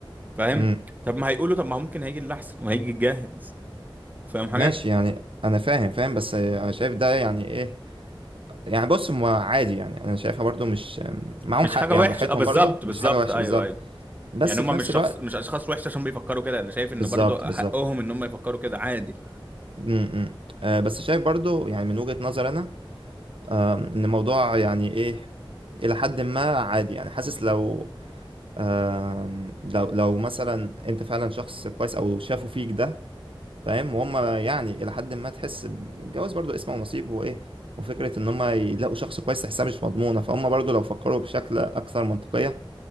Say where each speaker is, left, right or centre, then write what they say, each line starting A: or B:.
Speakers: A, on the right; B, on the right.
A: فاهم
B: مم،
A: طب ما هيقولوا طب ما هو ممكن هيجي اللي احسن وهيجي الجاهز فاهم حاجه
B: ماشي يعني انا فاهم فاهم بس آه، انا شايف ده يعني ايه يعني بص ما عادي يعني انا شايفها برضو مش معاهم
A: مش
B: حق
A: حاجه
B: يعني
A: وحشه
B: براحتهم
A: اه بالظبط
B: برضو
A: بالظبط
B: مش حاجه وحشه
A: ايوه
B: بالظبط
A: ايوه
B: بس
A: يعني هم
B: في نفس
A: مش شخص
B: الوقت
A: مش اشخاص وحشه عشان بيفكروا كده انا شايف ان
B: بالظبط
A: برضو
B: بالظبط
A: حقهم ان هم يفكروا كده عادي
B: م- م. آه، بس شايف برضو يعني من وجهه نظر انا آه، ان الموضوع يعني ايه الى حد ما عادي يعني حاسس لو آم، لو لو مثلا انت فعلا شخص كويس او شافوا فيك ده فاهم وهم يعني الى حد ما تحس ب- الجواز برضو اسمه ونصيب وايه وفكره ان هم يلاقوا شخص كويس تحسها مش مضمونه فهم برضو لو فكروا بشكل اكثر منطقيه